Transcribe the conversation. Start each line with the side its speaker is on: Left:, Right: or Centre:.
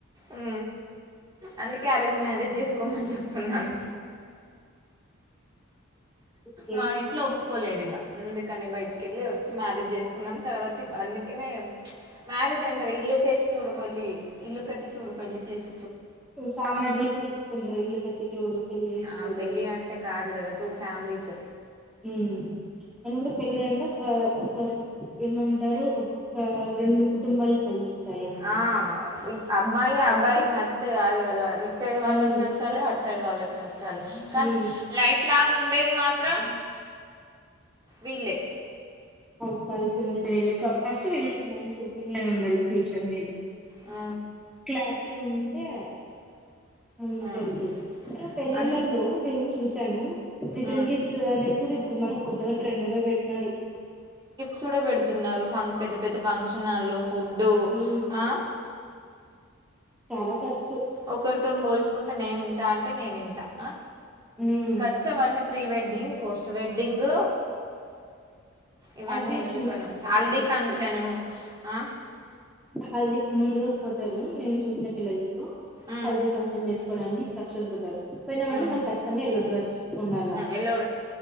Right: ఉ అందుకే అరేంజ్ మ్యారేజ్ చేసుకోమని చెప్తున్నాను
Centre: ఓకే
Right: మా ఇంట్లో ఒప్పుకోలేరు ఇగ ఎందుకని బయటికి వెళ్ళి వచ్చి మ్యారేజ్ చేసుకున్నాం తర్వాతీ అందుకనే మ్యారేజ్ అంటారు ఇల్లు చేసి చుడుపల్లి ఇల్లు కట్టి చూడుపల్లి చేస్
Centre: సామాధ్యలు కూడా చెప్తుంటండారు ఇల్లు కట్టి చూడు పెళ్లి చేసి
Right: ఆ
Centre: చూడు
Right: పెళ్ళి అంటే కాదు కదా టూ ఫ్యామిలీస్
Centre: ఉ రెండు పెళ్ళంటా. ఒక ఏమంటారు ఒక రెండు కుటుంబాలు. కలుస్తాయి అన్నమాట
Right: ఆ అమ్మాయి ఆ. అబ్బాయికి నచ్చితే కాదు కదా. ఇటు సైడ్ వాళ్ళకి
Centre: ఉమ్
Right: నచ్చాలి అట్. ఇటు సైడ్ వాళ్ళకి న. చ్చాలి కానీ
Centre: ఉమ్
Right: లైవ్. ఫలాంగ్ ఉండేది మాత్రం వీళ్ళే.
Centre: ఔ పల్ సందేలేకి. ఫస్ట్ వీళ్ళకి మంచి ఒపీనియన్ ఉండాలా ఫ్యూచర్ మీద.
Right: ఉ
Centre: పార్టీ ఉంటే. ముందుకు
Right: ఉమ్
Centre: వెళ్తు పెళ్ళిళ్ళలో
Right: అన్ని
Centre: నేను చూశాను రిటర్న్
Right: ఉమ్
Centre: గిఫ్ట్స్ అనేది కూడా ఇప్పుడు మనకు కొత్తగా ట్రెండ్ గా పెట్టినారు.
Right: చూడ పెడుతున్నారు ఫం పెద్ద పెద్ద ఫంక్షనల్ల. ఫుడ్డు
Centre: ఉమ్
Right: ఆ.
Centre: చాలా ఖర్చు.
Right: ఒకరితో పోల్చుకుంటే నేను ఇంత అంటే నేను ఇంత అ
Centre: హ్మ్.
Right: ఖర్చు అవన్నీ ప్రీవెడ్డింగ్ పోస్ట్ వెడ్డింగ్. ఇవన్నీ
Centre: అవి
Right: ఎందుకు
Centre: షూట్స్
Right: అనవసరం హల్దీ
Centre: ఎక్కువ.
Right: ఫంక్షను అ
Centre: హల్దీ ముందు రోజు పోతారు నేను చూసిన పిల్లలో
Right: ఉమ్
Centre: హల్ది ఫంక్షన్ జెస్కోడానికి ఫస్ట్ రోజ్ బోతర్ పోయినామంటే
Right: ఉమ్
Centre: మనం ఖచ్చితంగా ఎల్లో డ్రెస్ ఉండాలా
Right: ఎల్లో